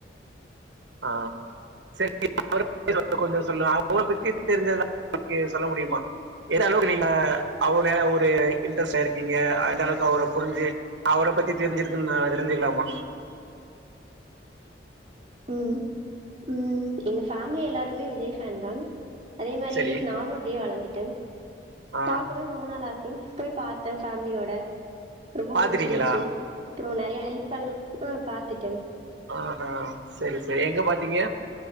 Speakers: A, on the right (about 75°); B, on the right (about 30°).
A: ஆ சரி <inaudible> கொஞ்ச சொல்ல அவர பத்தி தெரிஞ்சதுலா <inaudible> சொல்ல முடியுமா எது அளவுக்கு நீங்க அவனே ஒரு இன்ட்ரெஸ்ட் ஆ இருக்கீங்க எந்த அளவுக்கு அவர புரிஞ்சி அவர பத்தி தெரிஞ்சிருக்குன்னு நா தெரிஞ்சுக்கலாமா
B: ம் ம் எங்க ஃபேமிலி எல்லாருமே விஜய் ஃபேன் தா அதே மாரி
A: சரி
B: நானு அப்டே வளந்துட்ட
A: ஆ
B: பாக்கணுன் ரொம்ப நாள் ஆசை போய் பாத்த ஃபேமிலியோட ரொம்ப
A: பாத்துட்டீங்களா
B: புடிச்சிருன்ச்சி அப்றோ நெறைய ஹெல்ப் பண்ண ஆ பாத்துட்டேங்
A: ஆஹா சரி சரி எங்க பாத்தீங்க